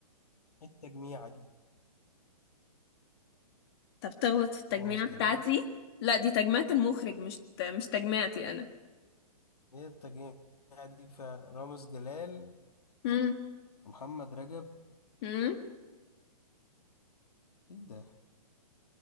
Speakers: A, on the left (about 80°); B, on the left (about 40°).
A: إيه التجميعه دي
B: طب تغلط في التجميعة
A: رامز
B: بتاعتي
A: جلال
B: لا دي تجميعة المخرج مش مش تجميعتي أنا
A: ايه التجميعه دي فعلا رامز جلال
B: مم.
A: ومحمد رجب
B: مم.
A: ايه ده